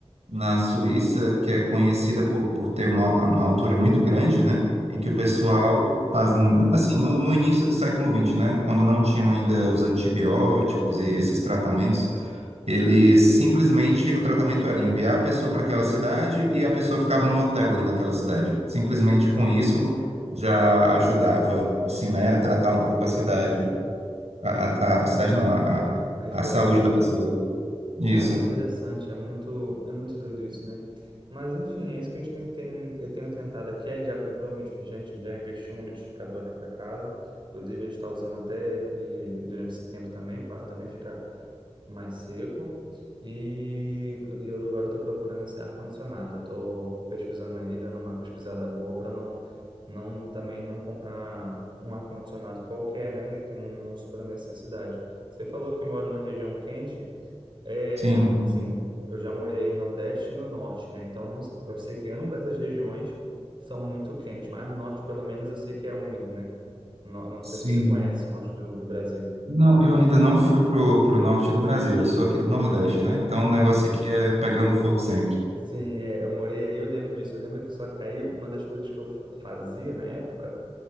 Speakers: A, on the right; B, on the right.
A: na Suíça que é conhecida por, por ter uma, uma altura muito grande, né? E
B: Uhum.
A: que o pessoal faz, assim, no, no início do século XX, né? Quando não tinham ainda os antibióticos e esses tratamentos, eles simplesmente, o tratamento era enviar a pessoa para aquela cidade e a pessoa ficava no hotel ali naquela cidade. Simplesmente com isso já ajudava, assim, né, a tratar um pouco a cidade. A, a, a cidade não, a, a,
B: A respiração.
A: a saúde da pessoa. Isso.
B: Ah, interessante, é muito, é muito doido isso, né? Mas enfim, é isso que a gente tem, tem- eu tenho tentado aqui, a gente já comprou, um midi- a gente já investiu no umidificador aqui para casa, inclusive a gente está usando até ele durante esse tempo também, o quarto também fica mais seco, e eu eu agora estou procurando esse ar-condicionado, eu estou pesquisando aí, dando uma pesquisada boa para não, não, também não comprar um ar-condicionado qualquer, né, e que não, não supra a necessidade. Você falou que mora numa região quente, é,
A: Sim,
B: é, assim, eu já morei no Nordeste e no Norte, né? Então, não- eu sei que ambas as regiões são muito quentes, mas no Norte, pelo menos, eu sei que é úmido, né? No- não
A: sim.
B: sei se você conhece o Norte do, do Brasil.
A: Não, eu ainda não fui pro, pro norte do Brasil, eu sou aqui do Nordeste, né? Então
B: Uhum.
A: o negócio aqui é pegando fogo sempre.
B: Sim, é, eu morei aí, eu lembro disso. Eu lembro que só que aí uma das coisas que eu fa- fazia na época,